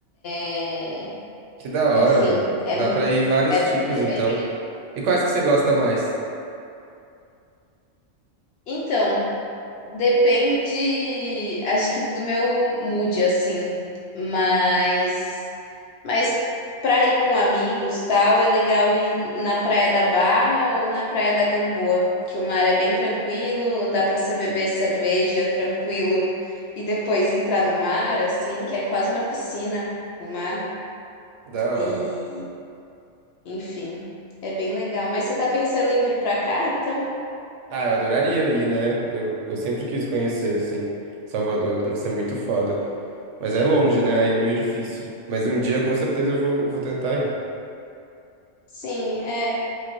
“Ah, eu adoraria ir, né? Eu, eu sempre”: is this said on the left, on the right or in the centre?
Right